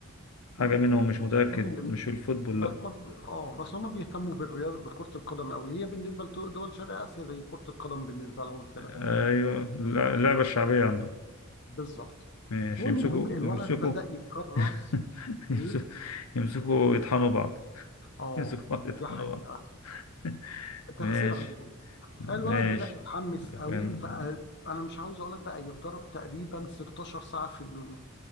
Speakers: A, on the left; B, on the left.
A: حاجة
B: م-
A: منهم مش متأكد
B: ممكن
A: مش الفوتبول
B: بس
A: لا
B: هم اه بس هم بيهتموا بالرياضة بكرة القدم أوي هي بالنسبة لدول شرق آسيا زي كرة القدم بالنسبة لهم كده
A: أيوه اللع- اللعبة الشعبية عندهم
B: بالظبط
A: مش
B: والمهم
A: يمسكوا
B: الولد
A: يمسكوا
B: بدأ يكرس
A: <laughs>
B: إيه
A: يمسكوا يمسكوا يطحنوا بعض <laughs>
B: اه
A: يمسكوا بعض يطحنوا
B: دي حقيقة
A: بعض <laughs>
B: تخسير
A: ماشي
B: عضله
A: ماشي
B: الولد بدأ يتحمس قوي
A: فاهم
B: وبقى انا مش عاوز اقول لك بقى يتدرب تقريبا 16 ساعة في اليوم